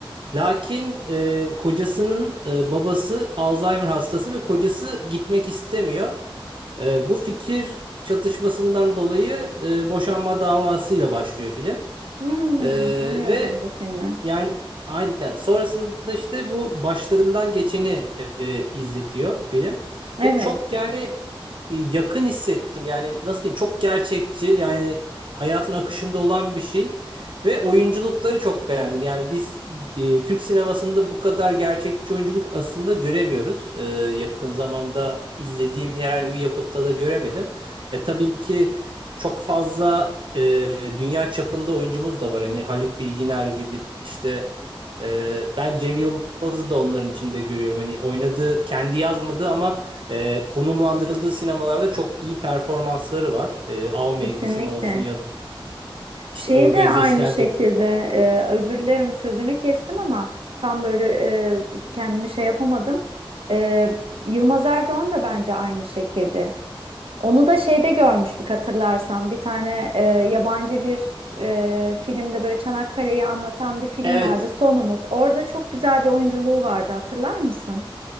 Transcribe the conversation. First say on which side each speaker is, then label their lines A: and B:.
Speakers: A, on the right; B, on the right.
A: Lakin e, kocasının e, babası Alzheimer hastası ve kocası gitmek istemiyor. E, bu fikir çatışmasından dolayı e, boşanma davasıyla başlıyor film.
B: Hmm,
A: E,
B: bilmiyordum
A: ve
B: bu filmi.
A: yani aynen. Sonrasında işte bu başlarından geçeni e, e, izletiyor film.
B: Evet,
A: Ve çok yani e, yakın hissettim. Yani nasıl diyeyim çok gerçekçi yani hayatın akışında olan bir şey. Ve oyunculukları çok beğendim. Yani biz e, Türk sinemasında bu kadar gerçekçi oyunculuk aslında göremiyoruz. E, yakın zamanda izlediğim herhangi bir yapıtta da göremedim. E, tabii ki çok fazla e, dünya çapında oyuncumuz da var. Hani Haluk Bilginer gibi işte e, ben Cem Yılmaz'ı da onların içinde görüyorum. Hani oynadığı, kendi yazmadığı ama e, konumlandırıldığı sinemalarda çok iyi performansları var. E, Av Mevsimi
B: kesinlikle.
A: olsun ya işte
B: Şeyi
A: organize
B: de aynı
A: işlerdeki.
B: şekilde e, özür dilerim sözünü kestim ama tam böyle e, kendimi şey yapamadım. E, Yılmaz Erdoğan da bence aynı şekilde. Onu da şeyde görmüştük hatırlarsan. Bir tane e, yabancı bir e, filmde böyle Çanakkale'yi anlatan bir film
A: Evet,
B: vardı. Son Umut. Orada çok güzel bir oyunculuğu vardı hatırlar mısın?